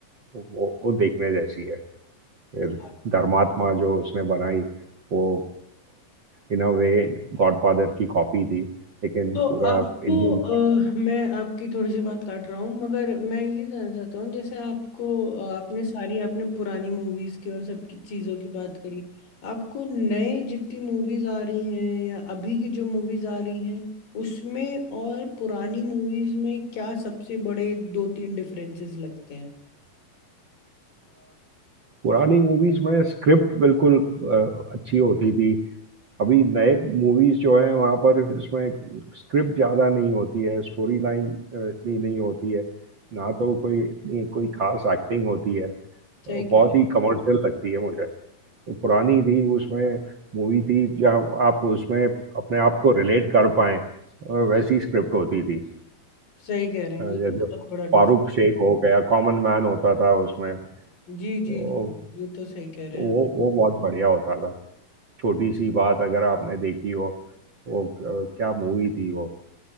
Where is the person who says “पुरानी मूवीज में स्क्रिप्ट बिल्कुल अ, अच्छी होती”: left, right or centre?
Right